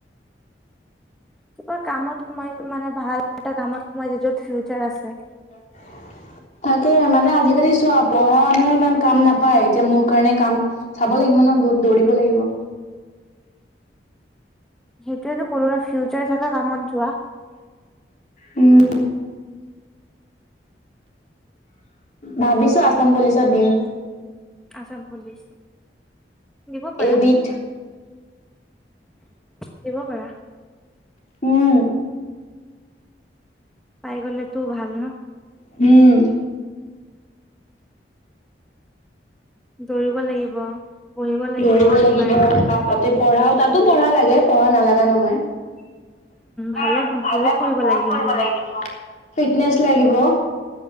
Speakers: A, in the centre; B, on the left.
A: কিবা কামত সোমাই, মানে ভাল এটা কামত সোমাই য'ত ফিউচাৰ আছে।
B: <inaudible> তাকে মানে আজিকালি চোৱা, পঢ়া মানুহেও ইমান কাম নাপায়, এতিয়া মোৰ কাৰণে কাম চাব লাগিব ন, বহুত দৌৰিব লাগিব।
A: সেইটোয়েতো কলোঁ ন, ফিউচাৰ থকা কামত যোৱা।
B: উম। ভাবিছো আছাম পুলিচত দিম।
A: আসাম পুলিচ দিব পাৰা।
B: এইবিধ
A: দিব পাৰা।
B: উম।
A: পাই গলেতো ভাল ন।
B: হম।
A: দৌৰিব লাগিব। পঢ়িব লাগিব
B: দৌৰিব
A: সেইটো
B: লাগিব।
A: কাৰণেও
B: তাতে পঢ়াও, তাতো পঢ়া লাগে, পঢ়া নালাগা নহয়। উম,
A: ভালে
B: ভালে-ভাল,
A: বহুত পঢ়িব
B: বহুত
A: লাগে কিন্তু
B: পঢ়িব লাগে কিন্তু। ফিটনেছ লাগিব।